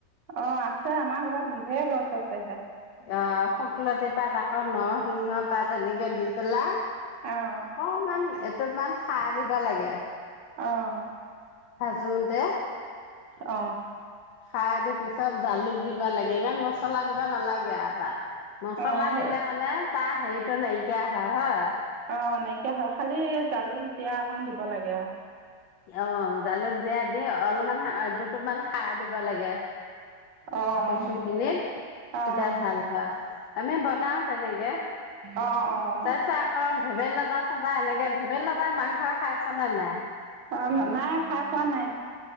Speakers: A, on the right; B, on the left.
A: অ আছে আমাৰ ঘৰত ধেৰ ঘৰ- থতে হে
B: অ শুকলতি পাত আকৌ নৰসিংহ পাত এনেকে দি পেলাই
A: অঁ
B: অকমান এত- তমান সাৰ দিব লাগে
A: অহ
B: শোনতে
A: অ
B: খাৰ দি পিছত জালুক দিব লাগে ইমান মচলা দিবা নালাগে আৰু তাত মচলা
A: অঁ সেই
B: দিলে মানে তাহ সেইটো নাইকিয়া হয় হয়
A: অ নাইকিয়া হয় খালি জালুক জিয়া অকন দিব লাগে আৰু
B: অ জালুক জীয়া দি অলপমান সাআত দুটোপমান সাৰ দিব লাগে।
A: অঁ
B: কচু খিনিত
A: অঁ
B: তেতিয়া ভাল হয় আমি বনাও তেনেকে
A: অঁ অঁ
B: তাৰ পিছত আকৌ ভেবেলি লতা চাদা এনেকে ভেবেল লতাই মাংসই খাইছনে নাই?
A: অ নাই খাই পোৱা নাই।